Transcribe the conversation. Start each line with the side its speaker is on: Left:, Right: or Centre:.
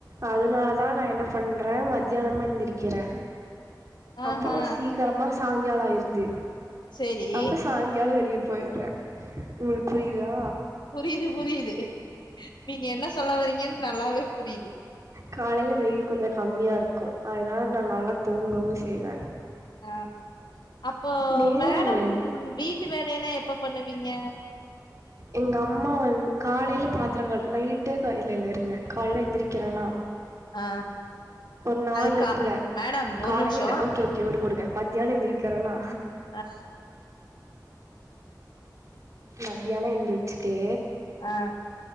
Right: அதனால தா நா என்ன ப் பண்றே மத்யானமா எந்திருக்கிறே
Left: ஆஹா
Right: அப்போ சீக்ரமா சாய்ங்காலோ ஆயிருது
Left: சேரி
Right: அப்போ சாய்ங்காலோ வெளிய போயிரே உங்களுக்கு புரிதா
Left: புரிது புரியுது நீங்க என்ன சொல்ல வரீங்கன்னு நல்லாவே புரிது
Right: காலைல வெயில் கொஞ்சோ கம்மியாருக்கு அதனால நா நல்லா தூங்கவு செய்வே
Left: ஆ அப்போ
Right: நேரு
Left: மேடம் வீட்டு வேலையெல்லா எப்ப பண்ணுவீங்க
Right: எங்கம்மா வந் காலைல பாத்திரங்கங்கள் நைட்டே கல் இல்லெல்ல இருங்க காலைல எந்திரிக்கிறேனா
Left: ஆ
Right: ஒரு நாலு
Left: அது கா
Right: இல்ல
Left: மேடம் ஒரு
Right: காலைல
Left: நிமிஷம்.
Right: இல்ல ஓகே ஓகே வுடுங்க வுடுங்க மத்யானோ எந்திரிக்கிறேனா
Left: அ
Right: மத்யானோ எந்திச்சிட்டு
Left: ஆ